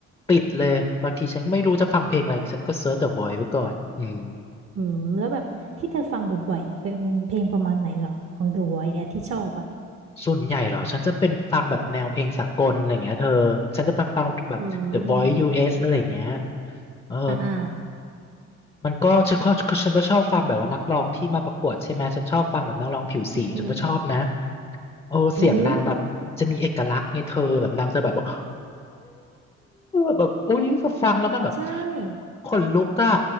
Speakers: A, on the left; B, on the right.
A: ติดเลยบางทีฉันไม่รู้จะฟังเพลงอะไรฉันก็เสิร์ช The Voice ไว้ก่อนอืม
B: อืมแล้วแบบที่เธอฟังบ่อยๆเนี่ยเป็นเพลงประมาณไหนเหรอของ The Voice อะที่ชอบอ่ะ
A: ส่วนใหญ่เหรอฉันจะเป็นฟังแบบแนวเพลงสากลอะไรอย่างเงี้ยเธอฉันจะไปฟังแบบ
B: อืม
A: The Voice US อสอะไรอย่างเงี้ยเออ
B: อ่าอ่า
A: มันก็ฉันก็ฉันก็ชอบฟังแบบว่านักร้องที่มาประกวดใช่ไหมฉันชอบฟังแบบนักร้องผิวสีฉันก็ชอบนะ
B: อืมอืม
A: โอ้เสียงนางแบบจะมีเอกลักษณ์ไงเธอแบบนางจะแบบว่า
B: อุ๊ย
A: <laughs> แบบอุ้ยฟังแล้วมันแบบ
B: ใช่
A: ขนลุกอ่ะ